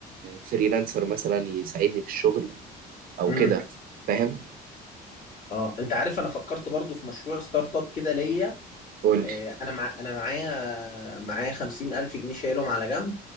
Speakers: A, on the right; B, on the left.
A: فريلانسر مثلا يساعدني في الشغل او
B: امم
A: كده فاهم
B: اه انت عارف انا فكرت برضو في مشروع ستارت اب كده ليا
A: قول
B: آه،
A: لي
B: انا مع... انا معايا معايا خمسين الف جنيه شايلهم على جنب